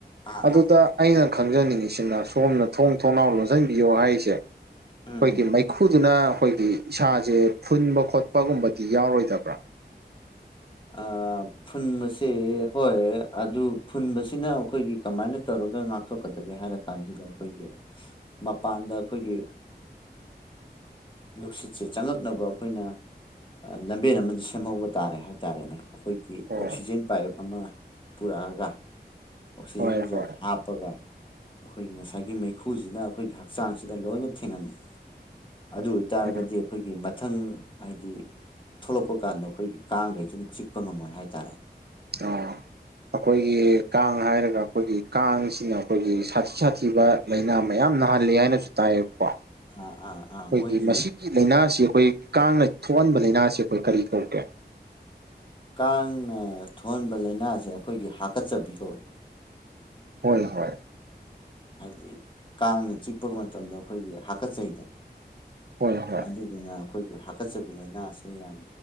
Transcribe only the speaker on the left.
ꯑꯥ
ꯑꯥ
ꯎꯝ
ꯎꯝ
ꯑ ꯐꯨꯟꯕꯁꯦ ꯍꯣꯏ ꯑꯗꯨ ꯐꯨꯟꯕꯁꯤꯅ ꯑꯩꯈꯣꯏꯒꯤ ꯀꯃꯥꯏꯅ ꯇꯧꯔꯒ ꯉꯥꯛ ꯊꯣꯛꯀꯗꯒꯦ ꯍꯥꯏꯔ ꯀꯥꯟꯁꯤꯗ ꯑꯩꯈꯣꯏꯒꯤ ꯃꯄꯥꯟꯗ ꯑꯩꯈꯣꯏꯒꯤ ꯅꯨꯡꯁꯤꯠꯁꯦ ꯆꯪꯉꯛꯅꯕ ꯑꯩꯈꯣꯏꯅ ꯂꯝꯕꯦꯟ ꯑꯃꯗꯤ ꯁꯦꯝꯍꯧꯕ ꯇꯥꯔꯦ ꯍꯥꯏꯇꯥꯔꯦꯅꯦ꯫ ꯑꯩꯈꯣꯏꯒꯤ
ꯑꯣꯛꯁꯤꯖꯦꯟ ꯄꯥꯏꯞ ꯑꯃ ꯄꯨꯔꯛꯑꯒ ꯑꯣꯛꯁꯤꯖꯦꯟꯁꯦ
ꯍꯥꯞꯄꯒ ꯑꯩꯈꯣꯏꯒꯤ ꯉꯁꯥꯏꯒꯤ ꯃꯩꯈꯨꯁꯤꯅ ꯑꯩꯈꯣꯏꯒꯤ ꯍꯛꯆꯥꯡꯁꯤꯗ ꯂꯣꯏꯅ ꯊꯦꯡꯍꯟꯕ ꯑꯗꯨ ꯑꯣꯏꯇꯥꯔꯒꯗꯤ
ꯑꯩꯈꯣꯏꯒꯤ ꯃꯊꯪ ꯍꯥꯏꯗꯤ ꯊꯣꯛꯂꯛꯄ ꯀꯥꯟꯗ ꯑꯩꯈꯣꯏꯒꯤ ꯀꯥꯡꯈꯩꯁꯤꯅ ꯆꯤꯛꯄ ꯉꯝꯃꯣꯏ ꯍꯥꯏꯇꯥꯔꯦ꯫
ꯑꯥ ꯑꯥ ꯑꯥ ꯃꯣꯏꯒꯤ
ꯀꯥꯡꯅ ꯊꫭꯛꯍꯟꯕ ꯂꯥꯏꯅꯥꯁꯦ ꯑꯩꯈꯣꯏꯒꯤ ꯍꯥꯀꯠꯆꯕꯤ ꯀꯧꯋꯤ
ꯍꯥꯏꯗꯤ ꯀꯥꯡꯅ ꯆꯤꯛꯄ ꯃꯇꯝꯗ ꯑꯩꯈꯣꯏꯒꯤ ꯍꯥꯀꯠꯆꯩꯗꯅ
ꯑꯗꯨꯗꯨꯅ ꯑꯩꯈꯣꯏꯒꯤ ꯍꯥꯀꯠꯆꯕꯤ ꯂꯥꯏꯅꯥꯁꯦ ꯌꯥꯝ